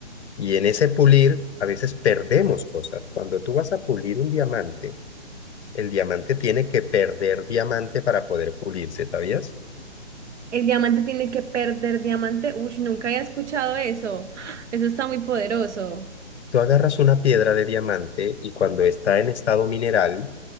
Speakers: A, on the left; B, on the right.
A: Y en ese pulir a veces perdemos cosas. Cuando tú vas a pulir un diamante, el diamante tiene que perder diamante para poder pulirse, ¿sabías?
B: El diamante tiene que perder diamante. Uy, nunca había escuchado eso. ¡Ah! Eso está muy poderoso.
A: Tú agarras una piedra de diamante y cuando está en estado mineral,